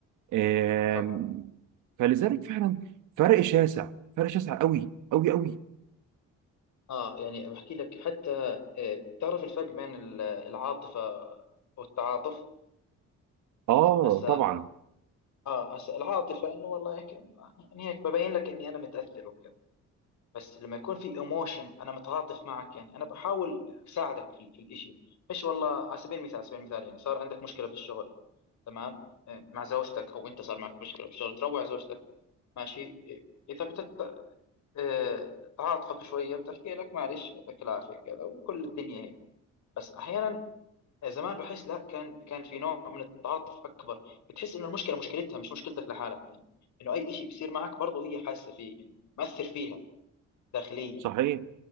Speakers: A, on the right; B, on the left.
A: آم،
B: صح
A: فلذلك فعلا فرق شاسع فرق شاسع قوي قوي قوي
B: اه يعني بحكي لك حتى آه، بتعرف الفرق بين ال- العاطفة والتعاطف
A: اه
B: هسا
A: طبعا
B: اه هسا العاطفة انه والله هيك يعني هيك ببين لك اني انا متأثر وكذا بس لما يكون في ايموشن انا متعاطف معك يعني انا بحاول اساعدك في, في الاشي مش والله على سبيل المثال على سبيل المثال يعني صار عندك مشكلة في الشغل تمام آه، مع زوجتك او انت صار معك مشكلة في الشغل تروع زوجتك ماشي آه، اذا بتت آه، تعاطفك شوية بتحكي لك معلش يعطيك العافية كذا وكل الدنيا هيك بس احيانا زمان بحس لا كان كان في نوع من التعاطف اكبر بتحس انه المشكله مشكلتها مش مشكلتك لحالك يعني انه اي شيء بيصير معك برضه هي حاسه فيه يعني مأثر فيها داخليا
A: صحيح